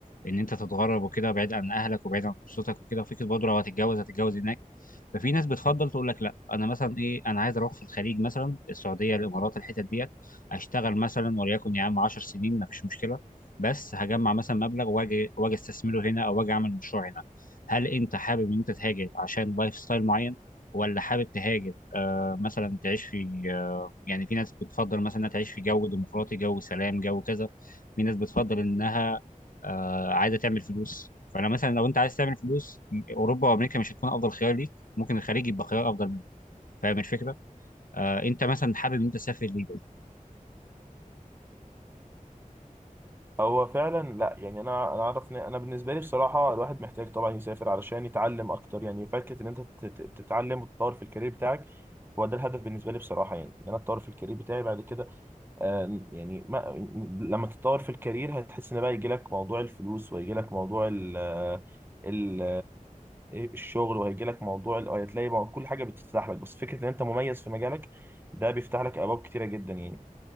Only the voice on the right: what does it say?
هو فعلا لا يعني انا انا اعرف إن- انا بالنسبه لي بصراحه الواحد محتاج طبعا يسافر علشان يتعلم اكتر يعني فكره ان انت تت- تت- تتعلم وتطور في الكارير بتاعك هو ده الهدف بالنسبه لي بصراحه يعني ان انا اتطور في الكارير بتاعي بعد كده آه، يعني ما لما تتطور في الكارير هتحس ان بقى يجي لك موضوع الفلوس ويجي لك موضوع ال ال الشغل وهيجي لك موضوع ال- هتلاقي مو- كل حاجه بتفتح لك بس فكره ان انت مميز في مجالك ده بيفتح لك ابواب كتيره جدا يعني